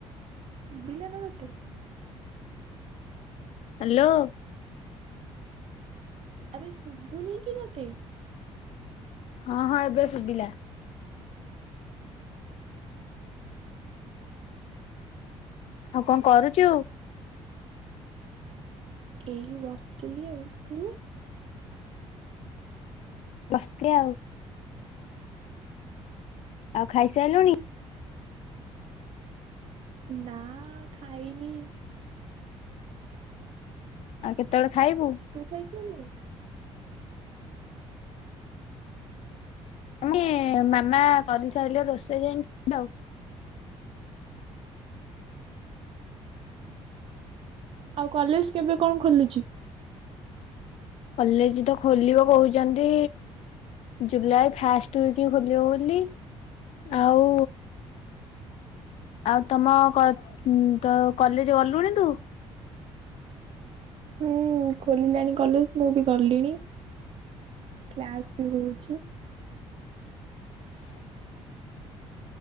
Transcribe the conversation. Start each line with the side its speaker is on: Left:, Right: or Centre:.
Right: ସୁବିିଲା ନା ତତେ।
Left: ହ୍ୟାଲୋ।
Right: ଆରେ ଶୁବୁନି କି ତତେ?
Left: ହଁ ହଁ ଏବେ ଶୁବିଲା। ଆଉ କଣ କରୁଚୁ?
Right: ଏଇ ବସ୍ ତିଲି ଆଉ ତୁ?
Left: ବସ୍ ଥ୍ରୀ ଆଉ। ଆଉ ଖାଇସାଇଲୁଣି?
Right: ନା ଖାଇନି।
Left: ଆଉ କେତେବେଳେ ଖାଇବୁ?
Right: ତୁ ଖାଇ ତୁନୁ।
Left: ଆମ୍ ଗେ ମାମା କରିସାଇଲେ ରୋଷେଇ ଯାଇକି <unintelligible> ଆଉ
Right: ଆଉ କଲେଜ କେବେ କଣ ଖୋଲୁଚି?
Left: କଲେଜ ତ ଖୋଲିବ କଉଛନ୍ତି। ଜୁଲାଇ ଫାଷ୍ଟ ୱିକ ଖୋଲିବ ବୋଲି ଆଉ ଆଉ ତମ କ ଉଁ ତ କଲେଜ ଗଲୁଣି ତୁ?
Right: ହୁଁ ଖୋଲିଲାଣି କଲେଜ ମୁଁ ବି ଗଲିଣି କ୍ଲାସ୍ ବି ହଉଛି।
Left: <inaudible>